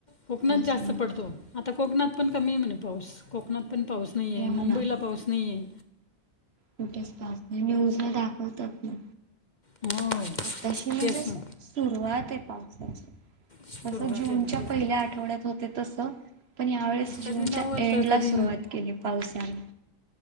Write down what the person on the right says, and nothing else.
असं
म्हणतात
हो
ना
कुठेच पाऊस नाही, न्यूज ला दाखवतात ना.
आताशी म्हणजे
असं
सुरुवात ये पावसाची.
जसं जूनच्या
पहिल्या
आठवड्यात होते तसऽ पण यावेेळेस
जूनच्या
एंडला
सुरुवात केली ये पावसाने.